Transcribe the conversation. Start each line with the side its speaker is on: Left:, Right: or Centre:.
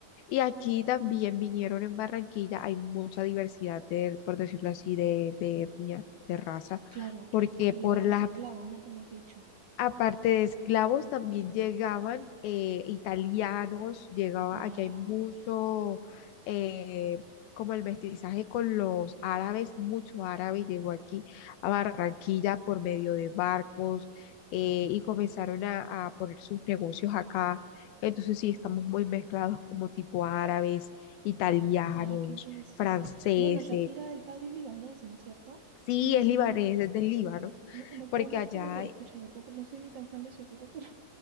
Left: Y aquí también vinieron en Barranquilla, hay mucha diversidad de, por decirlo así, de, de etnia, de raza,
Right: Claro, claro,
Left: porque
Right: porque
Left: por
Right: llegaban
Left: las
Right: los esclavos, ¿no? Que me has dicho.
Left: Aparte de esclavos, también llegaban eh, italianos, llegaba,
Right: Ya.
Left: aquí hay mucho, eh, como el mestizaje con los árabes, mucho árabe llegó aquí a Barranquilla por medio de barcos eh, y comenzaron a, a poner sus negocios acá. Entonces sí, estamos muy mezclados como tipo árabes, italianos,
Right: Ah, qué interesante.
Left: franceses.
Right: Bueno, Shakira, el padre es libanés, ¿no es cierto?
Left: Sí, es libanés, es del Líbano,
Right: Yo no
Left: porque
Right: puedo más
Left: allá
Right: porque,
Left: <laughs> hay
Right: escúchame, to- no soy ni tan fan de Shakira, pero